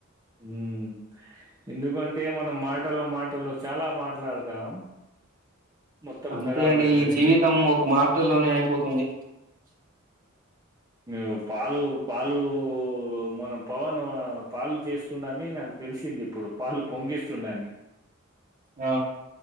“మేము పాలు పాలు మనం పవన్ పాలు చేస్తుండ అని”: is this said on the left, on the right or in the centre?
Right